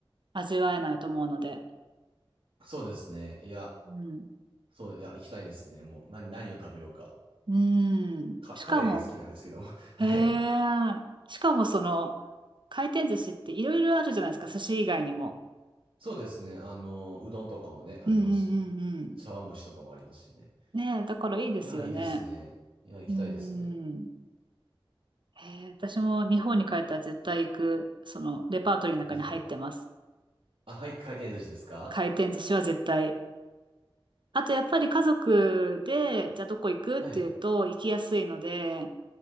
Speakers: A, on the right; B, on the right.
A: 味わえないと思うので、
B: そうですね。いや、
A: うん、
B: そう、いや、行きたいですね。もう、何、何を食べようか。
A: うん、
B: か、
A: しかも、
B: カレーが好きなんですけども。<laughs> はい。
A: へえ、しかもその、回転寿司っていろいろあるじゃないですか、寿司以外にも。
B: そうですね。あの、うどんとかもね、ありますし、
A: うんうんうん
B: 茶碗蒸しとかもありますしね。
A: ねえ、だからいいですよね。
B: いや、いいですね。いや、行きたいですね。
A: うーん。へえ、私も日本に帰ったら絶対行く、
B: えー
A: そのレパートリーの中に入ってます。
B: <laughs> あ、はい、回転寿司ですか
A: 回転寿司は絶対。あとやっぱり家族で、じゃあどこ行くっていうと行きやすいので、
B: はい。